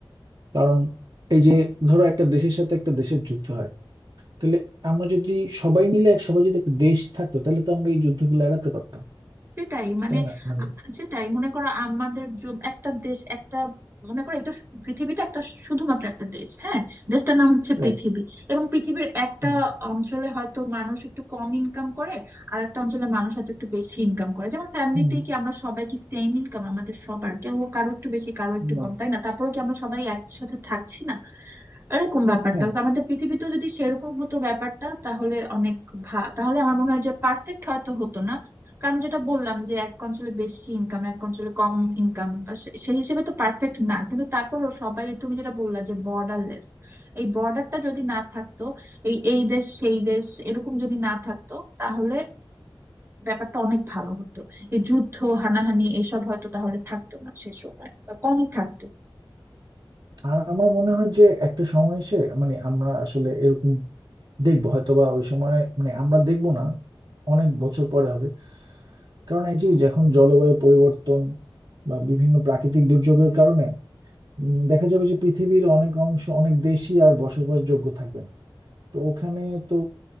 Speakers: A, on the right; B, on the right.
A: কারণ এই যে ধরো একটা দেশের সাথে একটা দেশের যুদ্ধ হয় তাহলে আমরা যদি সবাই মিলে এক সবাই যদি একটা দেশ থাকতো তাহলে তো আমরা এই যুদ্ধগুলো এড়াতে পারতাম
B: সেটাই মানে
A: তাই না মানে
B: সেটাই মনে করো আমাদের যু- একটা দেশ একটা মনে করো এটা শু- পৃথিবীটা একটা শুধুমাত্র একটা দেশ হ্যাঁ দেশটার নাম হচ্ছে
A: রাইট
B: পৃথিবী এবং পৃথিবীর একটা
A: হুম
B: অঞ্চলে হয়তো মানুষ একটু কম ইনকাম করে আর একটা অঞ্চলে মানুষ হয়তো একটু বেশি ইনকাম করে যেমন ফ্যামিলিতে
A: হুম
B: কি আমরা সবাই কি সেম ইনকাম আমাদের সবার কেউ কারো একটু বেশি কারো একটু
A: না
B: কম তাই না তারপরেও কি আমরা সবাই একসাথে থাকছি না এরকম ব্যাপারটা
A: হ্যাঁ
B: তো আমাদের পৃথিবীতে যদি সেরকম হতো ব্যাপারটা তাহলে অনেক ভা তাহলে আমার মনে হয় যে পারফেক্ট হয়তো হতো না কারণ যেটা বললাম যে এক অঞ্চলে বেশি ইনকাম এক অঞ্চলে কম ইনকাম সেই হিসেবে তো পারফেক্ট না কিন্তু তারপরও সবাই তুমি যেটা বললা যে বর্ডারলেস এই বর্ডারটা যদি না থাকতো এই এই দেশ সেই দেশ এরকম যদি না থাকতো তাহলে ব্যাপারটা অনেক ভালো হতো এই যুদ্ধ হানাহানি এইসব হয়তো তাহলে থাকতো না সে সময় বা কম থাকতো
A: আর আমার মনে হয় যে একটা সময় এসে মানে আমরা আসলে এরকম দেখবো হয়তো বা ওই সময় মানে আমরা দেখবো না অনেক বছর পরে হবে কারণ এই যে যখন জলবায়ু পরিবর্তন বা বিভিন্ন প্রাকৃতিক দুর্যোগের কারণে উম, দেখা যাবে যে পৃথিবীর অনেক অংশ অনেক দেশই আর বসবাসযোগ্য থাকবে না তো ওখানে তো